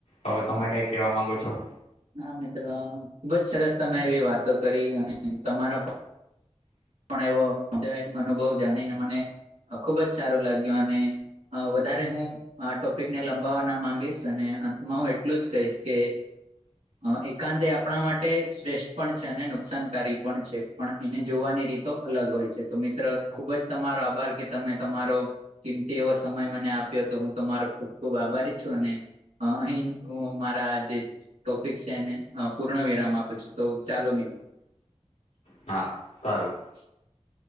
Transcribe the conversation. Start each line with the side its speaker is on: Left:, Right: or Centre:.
Left: હવે તમે કઈ કેવા માંગો છો?
Right: હા મિત્ર, ખુબજ સરસ તમે એવી વાતો કરી અને તમારા પ પણ એવો અધ્યાય અનુભવ જાણીને મને અ ખુબ જ સારું લાગ્યું, અને અ વધારે હું. આ ટોપિકને લંબાવવા ના માંગીશ, અને અંતમાં હું એટલું જ કહીશ કે અ એકાંત એ આપણા માટે શ્રેષ્ઠ પણ છે, અને નુકસાનકારી પણ છે, પણ એને જોવાની રીત તો અલગ હોય છે, તો મિત્ર ખુબ જ તમારો આભાર કે તમે તમારો કિંમતી એવો સમય મને આપ્યો, તો હું તમારો ખુબ ખુબ આભારી છું, અને અહી હું મારા જે ટોપિક છે એને અ પૂર્ણ વિરામ આપું છું, તો ચાલો મિત
Left: હા કારું
Right: <inaudible>